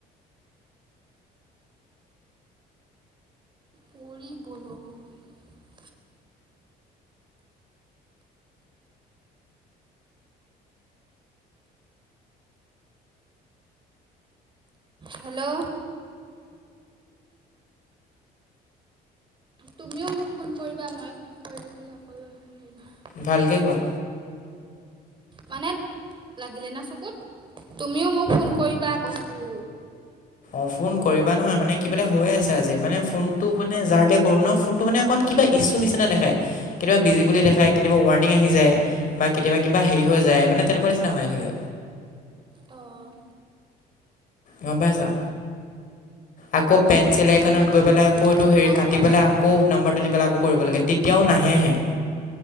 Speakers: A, on the right; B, on the left.
A: পৰি বলৈ <unintelligible> হেল্ল'। তুমিও মোক ফোন কৰিবা ময়ো ফোন কৰি থাকিলে অকল হেৰি নহই
B: ভালকে কোৱা।
A: মানে লাগিলে না চকুত, তুমিও মোক ফোন কৰিবা কৈছো।
B: অ', ফোন কৰিবা নহয় মানে কিবা এটা হৈ আছে আজি মানে ফোনটো মানে যাৰলে কৰো ন', ফোনটো মানে অকণ কিবা ইছ্যু নিচিনা দেখাই, কেতিয়াবা বিজি বুলি দেখাই কেতিয়াবা ৱাৰ্ণিং আহি যায় বা কেতিয়াবা কিবা হেৰি হৈ যায় যায় মানে তেনেকুৱা নিচিনা হৈয়ে থাকে।
A: অ'।
B: গম পাইছা। আকৌ পেন চিলাই
A: অঁ
B: খনত
A: জানো
B: গৈ
A: মোৰ
B: পেলাই আকৌ
A: তাততো
B: হেৰি
A: নাই
B: কাটি
A: হোৱা
B: পেলাই আকৌ নাম্ফাৰটো কৰিব লাগে, তেতিয়াও নাহেহে।